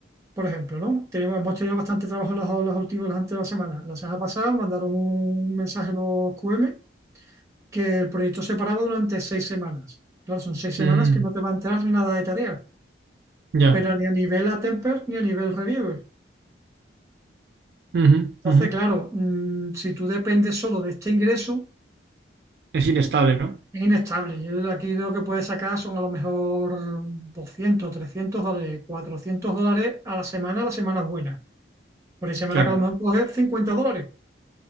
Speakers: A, on the right (about 15°); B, on the right (about 60°).
A: por ejemplo, ¿no? Tenemos, hemos tenido bastante trabajo las, las últimas, las anteriores semanas. La semana pasada mandaron un mensaje a los QM que el proyecto se paraba durante seis semanas. Claro, son seis semanas
B: Mm,
A: que no te va a entrar nada de tarea,
B: ya.
A: pero ni a nivel Atemper ni a nivel Reviewer.
B: Ujú,
A: Entonces,
B: ujú.
A: claro, mm, si tú dependes solo de este ingreso,
B: Es inestable, ¿no?
A: Es inestable. Yo de aquí lo que puedes sacar son a lo mejor 200 300 dólares, 400 dólares a la semana, a las semanas buenas. Por ahí semana
B: Claro,
A: que a lo mejor coges 50 dólares.